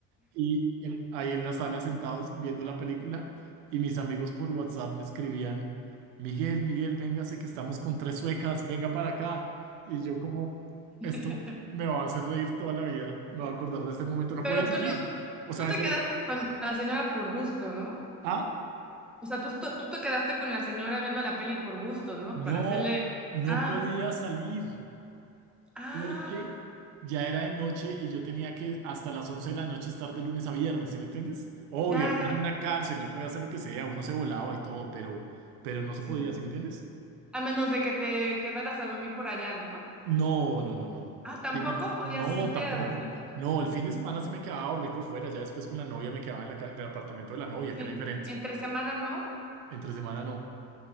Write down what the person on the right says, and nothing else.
Y en- ahí en la sala sentados viendo la película, y mis amigos por WhatsApp me escribían, Miguel, Miguel, véngase que estamos con tres suecas, venga para acá. Y yo como,
esto me va a hacer reír toda la vida, me va a acordar de este momento, no
podía salir.
O sea,
ese
era
Ah,
no,
no
podía salir
porque ya era de noche y yo tenía que hasta las 11 de la noche estar de lunes a viernes, ¿sí me entiendes? Obvio,
yo era
en una cárcel, yo podía hacer lo que sea, uno se volaba y todo, pero, pero no se
podía, ¿sí me entiendes?
No, no, no, no.
Sí me-
no,
tampoco.
No, el fin de semana sí me quedaba a dormir por fuera, ya después con la novia me quedaba en la ca- en el apartamento de la novia,
que era diferente.
Entre semana no.